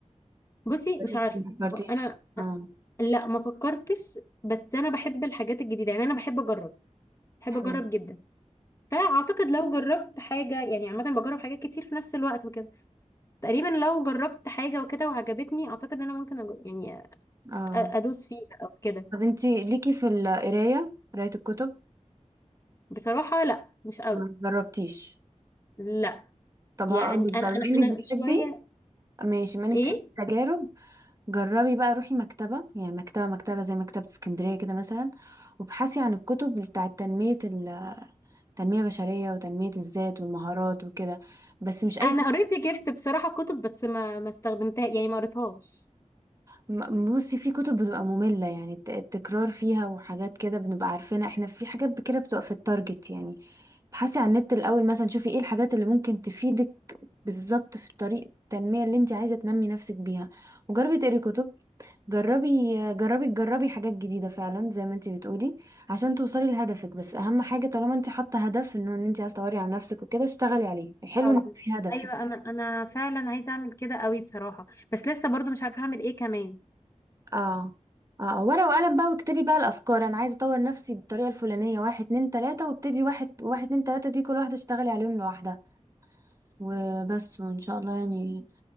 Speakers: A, on the left (about 25°); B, on the right (about 25°).
A: بصي مش
B: بس
A: عارفه
B: ما فكرتيش
A: هو انا
B: اه
A: لا ما فكرتش بس انا بحب الحاجات الجديده يعني انا بحب اجرب بحب
B: حلو
A: اجرب جدا فاعتقد لو جربت حاجه يعني عامه بجرب حاجات كتير في نفس الوقت وكده تقريبا لو جربت حاجه وكده وعجبتني اعتقد ان انا ممكن أج- يعني أ-
B: اه
A: ادوس فيها او كده
B: طب انت ليكي في القراية قراية الكتب
A: بصراحه لا مش قوي
B: ما جربتيش
A: لا
B: طب
A: يعني
B: هقولك
A: انا
B: بقى
A: انا
B: بما انك
A: انا
B: بتحبي
A: شويه
B: ماشي بما انك
A: ايه
B: بتحبي التجارب جربي بقى روحي مكتبة يعني مكتبة مكتبة زي مكتبة اسكندرية كده مثلا وابحثي عن الكتب بتاعة تنمية ال- التنمية البشرية وتنمية الذات والمهارات وكده بس مش اي
A: انا
B: كتب
A: قريت جبت بصراحه كتب بس ما ما استخدمتها يعني ما قريتهاش
B: م- بصي في كتب بتبقى مملة يعني الت- التكرار فيها وحاجات كده بنبقى عارفينها احنا في حاجات ب- كده بتبقى في التارجت يعني ابحثي عن النت الأول مثلا شوفي ايه الحاجات اللي ممكن تفيدك بالظبط في طريق التنمية اللي انت عايزة تنمي نفسك بيها وجربي تقري كتب جربي جربي تجربي حاجات جديدة فعلا زي ما انت بتقولي عشان توصلي لهدفك بس أهم حاجة طالما انت حاطة هدف انه ان انت عايزة تطوري على نفسك وكده اشتغلي عليه حلو
A: باودر
B: ان في هدف
A: ايوه انا انا فعلا عايزه اعمل كده قوي بصراحه بس لسه برضو مش عارفه اعمل ايه كمان
B: اه اه آه، ورقة وقلم بقى واكتبي بقى الافكار انا عايزة اطور نفسي بالطريقة الفلانية واحد اتنين تلاتة وابتدي واحد واحد اتنين تلاتة دي كل واحدة اشتغلي عليهم لوحدها وبس وان شاء الله يعني